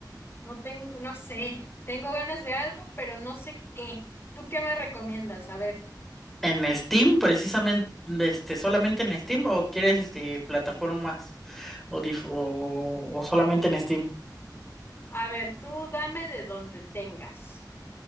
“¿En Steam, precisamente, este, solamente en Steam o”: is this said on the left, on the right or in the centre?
Centre